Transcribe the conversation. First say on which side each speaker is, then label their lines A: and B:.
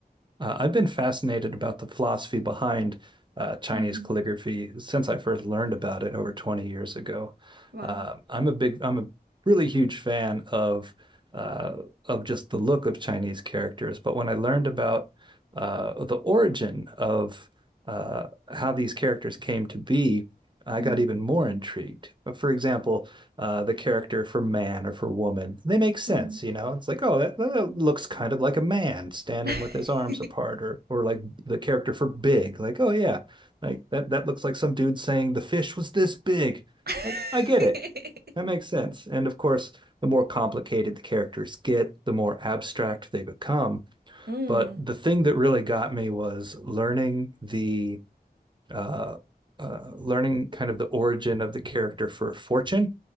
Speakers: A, on the right; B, on the right.
A: Uh, I've been fascinated about the philosophy behind uh, Chinese
B: hmm
A: calligraphy since I first learned about it over 20 years ago.
B: Wow.
A: Uh, I'm a big, I'm a really huge fan of uh, of just the look of Chinese characters. But when I learned about uh, the origin of uh, how these characters came to be, I
B: Mm,
A: got even more intrigued. For example, uh, the character for man or for woman. They make sense,
B: mm.
A: you know. It's like, oh, that, that looks kind of like a man standing
B: <laughs>
A: with his arms apart, or or like the character for big, like, oh yeah, like that that looks like some dude saying the fish was this big.
B: <laughs>
A: Like, I get it. That makes sense. And of course, the more complicated the characters get, the more abstract they become.
B: Mm.
A: But the thing that really got me was learning the uh, uh, learning kind of the origin of the character for fortune.